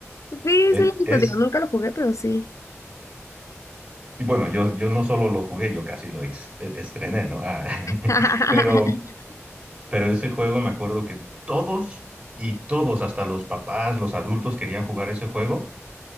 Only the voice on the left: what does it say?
Sí,
sí lo he visto.
Digo, nunca lo jugué, pero sí.
<laughs>